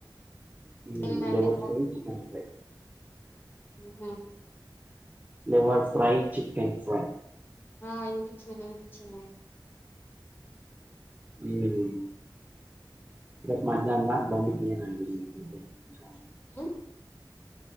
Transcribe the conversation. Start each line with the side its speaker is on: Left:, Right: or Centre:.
Right: హ్మ్
Left: ఏందండి
Right: లివర్ ఫ్రై చికెన్ ఫ్రై
Left: ఊహూ
Right: లివర్ ఫ్రై చికెన్ ఫ్రై
Left: ఆ ఇనిపిచ్చింది ఇనిపిచ్చింది.
Right: హుమ్మ్ <unintelligible>
Left: అ